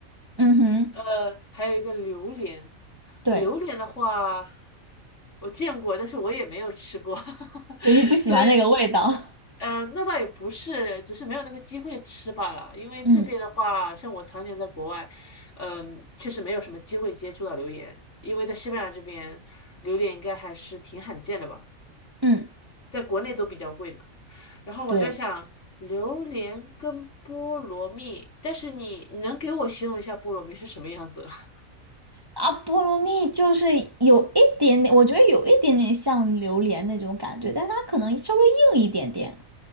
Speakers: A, on the right; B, on the left.
A: 嗯哼，
B: 呃，还有一个榴莲，
A: 对，
B: 榴莲的话，我见过，但是我也没有吃过，<laughs>
A: 就你不喜欢那个味道。
B: 所以，嗯，那倒也不是，只是没有那个机会吃罢了。
A: <laughs>
B: 因为这边的话，
A: 嗯
B: 像我常年在国外，嗯、确实没有什么机会接触到榴莲，因为在西班牙这边，榴莲应该还是挺罕见的吧，
A: 嗯，
B: 在国内都比较贵呢。然后我在想，
A: 对。
B: 榴莲跟菠萝蜜，但是你你能给我形容一下菠萝蜜是什么样子？<laughs>
A: 啊，菠萝蜜就是有一点点，我觉得有一点点像榴莲那种感觉，但它可能稍微硬一点点。